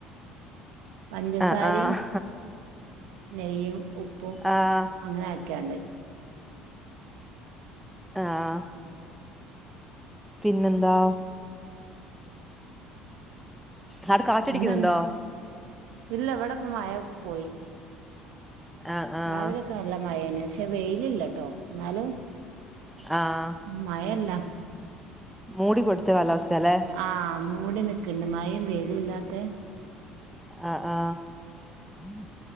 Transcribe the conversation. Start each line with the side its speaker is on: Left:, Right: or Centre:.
Right: പഞ്ചസാരയും
Centre: ആഹ് ആഹ്
Right: നെയ്യും ഉപ്പും
Centre: ആഹ്
Right: അങ്ങനാക്കിയാണ്ട്
Centre: ആഹ് പിന്നെന്താ അവിടെ കാറ്റടിക്കുന്നുണ്ടോ
Right: പിന്നെന്ത്‌ ഇല്ല ഇവിടെപ്പം മഴ പോയി
Centre: ആഹ് ആഹ്
Right: രാവിലൊക്കെ നല്ല മഴയേനു പക്ഷെ വെയിലില്ലട്ടോ ന്നാലും
Centre: ആഹ്
Right: മഴല്ല
Centre: മൂടിപ്പിടിച്ച കാലാവസ്ഥയാലെ
Right: ആഹ് മൂടി നിക്ക്ണ്ട് മയയും വെയിലുല്ലാത്തെ
Centre: ആഹ് ആഹ്